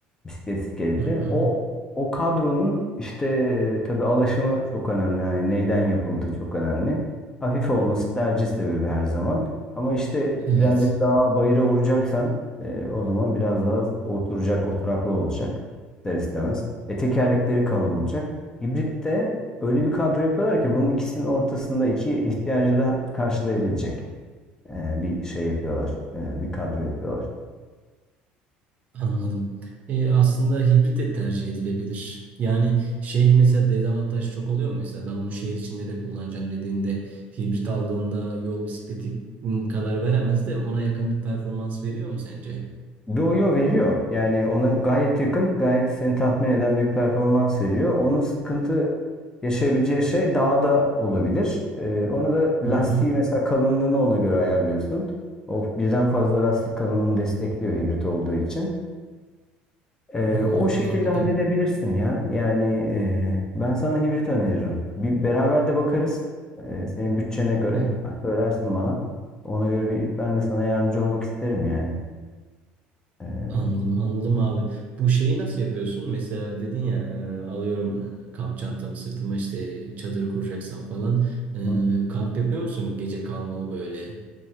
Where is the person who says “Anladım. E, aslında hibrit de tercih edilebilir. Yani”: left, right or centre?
Right